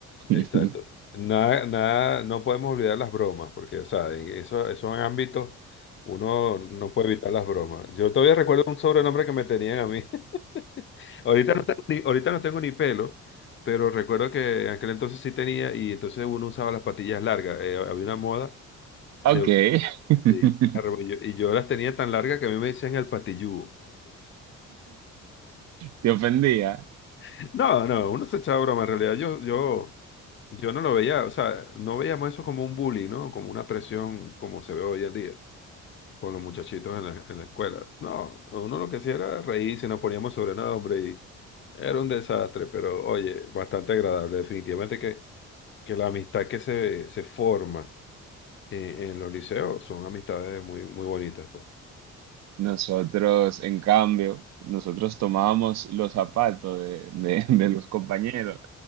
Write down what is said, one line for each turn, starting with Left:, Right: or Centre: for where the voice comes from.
Right: <laughs>
Left: Exacto. Nada, nada, no podemos olvidar las bromas, porque, o sea, en eso, esos ámbitos uno no puede evitar las bromas. Yo todavía recuerdo un sobrenombre que me tenían a mí. <laughs> Ahorita no tengo ni, ahorita no tengo ni pelo, pero recuerdo que en aquel entonces sí tenía y entonces uno usaba las patillas largas. Eh, había una moda
Right: Ok.
Left: de usar
Right: <laughs>
Left: sí, arro- y yo y yo las tenía tan largas que a mí me decían el patilludo.
Right: Te ofendía.
Left: <laughs> No, no, uno se echaba broma. En realidad yo, yo... Yo no lo veía, o sea, no veíamos eso como un bullying, ¿no? Como una presión como se ve hoy en día. con los muchachitos en la, en la escuela. No, uno lo que hacía era reírse, nos poníamos sobrenombre y era un desastre, pero oye, bastante agradable. Definitivamente que, que la amistad que se, se forma en, en los liceos son amistades muy, muy bonitas, pues.
Right: Nosotros, en cambio, nosotros tomábamos los zapatos de, de- <laughs> de los compañeros